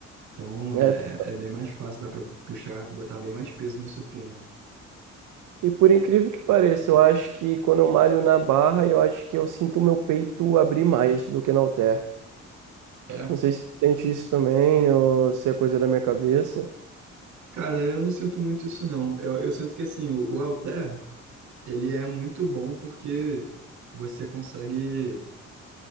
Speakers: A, on the right; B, on the right.
A: Então
B: É,
A: é,
B: fica-
A: é é bem mais fácil, dá para puxar, botar bem mais peso no supino.
B: E por incrível que pareça, eu acho que quando eu malho na barra, eu acho que eu sinto o meu peito abrir mais do que no halter.
A: É.
B: Não sei se tu sente isso também ou se é coisa da minha cabeça.
A: Cara, eu não sinto muito isso não. Eu, eu sinto que assim, o, o halter, ele é muito bom porque você consegue